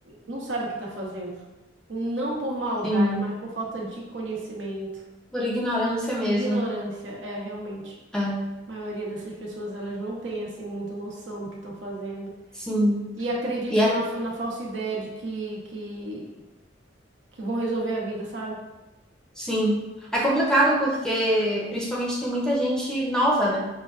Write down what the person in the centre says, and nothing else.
sim,
por ignorância mesmo.
É,
sim.
E é,
sim. É complicado porque, principalmente, tem muita gente nova, né?